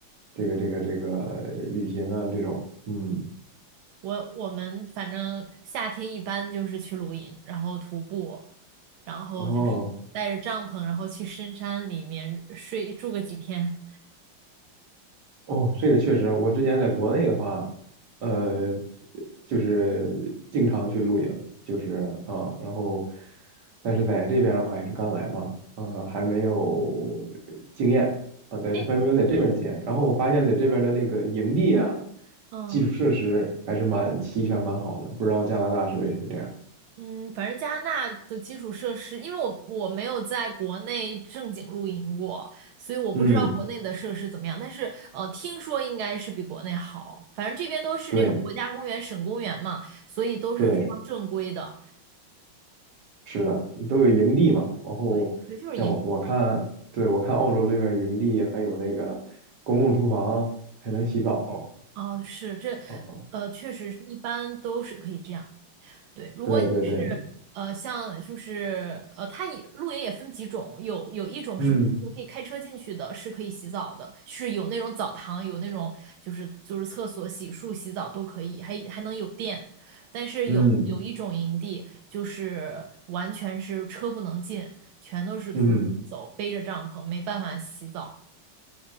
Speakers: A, on the right; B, on the right.
A: 这个这个这个呃旅行啊这种，嗯，
B: 我我们反正夏天一般就是去露营，然后徒步，然后就是带着帐篷，
A: 哦，
B: 然后去深山里面睡住个几天。
A: 哦，这个确实，我之前在国内的话，呃，就是经常去露营，就是啊，然后，但是在这边的话也是刚来嘛，呃，还没有经验啊，在这还没有在这边经验。
B: 哎，
A: 然后我发现在这边的那个营地啊，
B: 嗯
A: 基础设施还是蛮齐全、蛮好的，不知道加拿大是不是也是这样？
B: 嗯，反正加拿大的基础设施，因为我我没有在国内正经露营过，所以我不知道国内的设施怎么样。
A: 嗯，
B: 但是呃，听说应该是比国内好，反正这边都是那种国家公园、
A: 对
B: 省公园嘛，所以都是非常正规的。
A: 对。是的，都有营地嘛。然后像我我看，
B: 对对，就是营。
A: 对，我看澳洲这边营地还有那个公共厨房，还能洗澡
B: 哦，是这，
A: 啊。
B: 呃，确实是一般都是可以这样。对，如果你是呃，
A: 对对对，
B: 像就是呃，它也露营也分几种，有有一种是比如可以开车进去的，
A: 嗯
B: 是可以洗澡的，是有那种澡堂，有那种就是就是厕所、洗漱、洗澡都可以，还还能有电。但是有有一种营地，
A: 嗯
B: 就是完全是车不能进，全都是徒步走，
A: 嗯，
B: 背着帐篷，没办法洗澡，